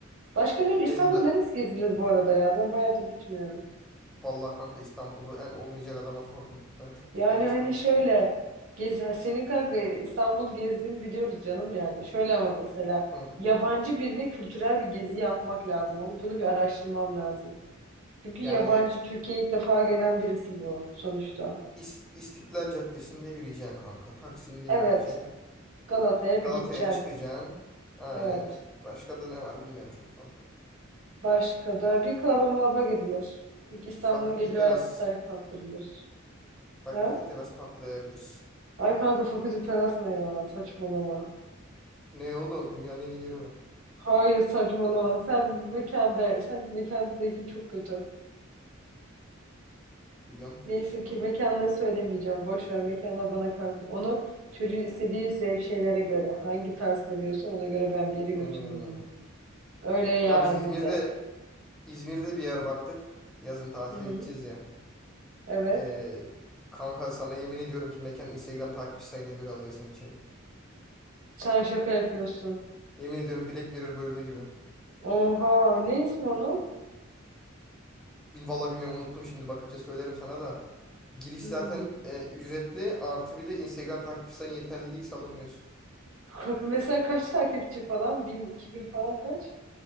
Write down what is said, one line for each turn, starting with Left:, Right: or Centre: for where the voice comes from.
Right: Başka ne? İstanbul'da
Centre: Beni de, da
Right: neresi gezilir bu arada ya? Ben bayağıdır gitmiyorum.
Centre: vallahi kanka İstanbul'u en olmayacak adama sordun. Ben çok
Right: Yani
Centre: gitmedim İstanbul'a.
Right: hani şöyle gez, ha, senin kanka İstanbul gezdiğini biliyoruz canım yani. Şöyle ama mesela
Centre: Hı.
Right: yabancı birine kültürel bir gezi yapmak lazım. Onu, bunu bir araştırmam lazım. Çünkü
Centre: Yani
Right: yabancı Türkiye'ye ilk defa gelen birisi bu sonuçta.
Centre: İs- İstiklal Caddesi'nde yürüyeceksin kanka. Taksim'de
Right: Evet.
Centre: yürüyeceksin.
Right: Galata'ya bir
Centre: Galata'ya
Right: gideceksin.
Centre: çıkacaksın. Aynen.
Right: Evet.
Centre: Başka da ne var bilmiyorum çok fazla.
Right: Başka da bir klaba mlaba gidilir. Bir İstanbul'un
Centre: Fakülte
Right: gece
Centre: teras.
Right: hayatı tar- tattırılır.
Centre: Fakülte
Right: Ha?
Centre: teras patlayabilir.
Right: Ay kanka fakülte terasma ya saçmalama.
Centre: Ne oğlum? Dünyanın en iyi yeri orası.
Right: Hayır saçmalama. Sen mekan be. Sen mekan zevkin çok kötü.
Centre: Biliyorum.
Right: Neyse ki
Centre: Hı hı.
Right: mekanları söylemeyeceğim. Boş ver mekanlar bana kalsın. Onu çocuğun istediği zevk şeylere göre. Hangi tarz seviyorsa ona göre ben bir yere götürürüm
Centre: Hı.
Right: onu. Öyle yani
Centre: Ya biz İzmir'de
Right: bizde.
Centre: İzmir'de bir yer baktık. Yazın tatile
Right: Hı.
Centre: gideceğiz ya.
Right: Evet.
Centre: Ee, kanka sana yemin ediyorum ki mekan Instagram takipçi sayına göre alıyor seni içeri.
Right: Sen şaka yapıyorsun.
Centre: Yemin ediyorum Black Mirror bölümü gibi.
Right: Oha. Ne ismi onun?
Centre: Bil- Vallahi bilmiyorum unuttum şimdi bakınca söylerim sana da. Giriş
Right: Hmm.
Centre: zaten e, ücretli artı bir de Instagram takipçi sayın yeterli değilse alınmıyorsun.
Right: Ka- Mesela kaç takipçi falan? Bin, iki bin falan kaç?